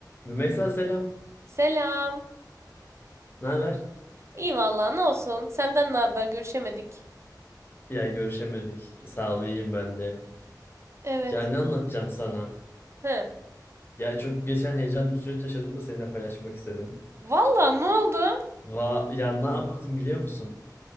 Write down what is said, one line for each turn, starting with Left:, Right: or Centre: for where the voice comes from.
Left: Rümeysa selam.
Right: Selam.
Left: Ne haber?
Right: İyi vallahi ne olsun. Senden ne haber? Görüşemedik.
Left: Ya görüşemedik. Sağ ol iyiyim ben de.
Right: Evet.
Left: Ya ne anlatacağım sana?
Right: He.
Left: Ya çok geçen heyecanlı bir süreç yaşadım da seninle paylaşmak istedim.
Right: Vallahi ne oldu?
Left: Va ya ne yaptım biliyor musun?